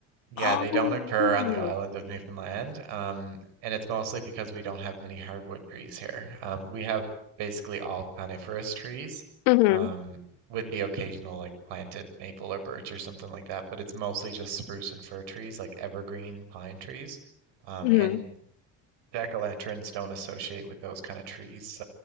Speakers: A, on the right; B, on the left.
A: Yeah,
B: Oh
A: they don't occur
B: wow.
A: on the island of Newfoundland, um, and it's mostly because we don't have many hardwood trees here. Um, we have basically all coniferous trees,
B: hmm
A: um, with the occasional like planted maple or birch or something like that, but it's mostly just spruce and fir trees, like evergreen pine trees. Um,
B: hmm
A: and jack-o'-lanterns don't associate with those kind of trees,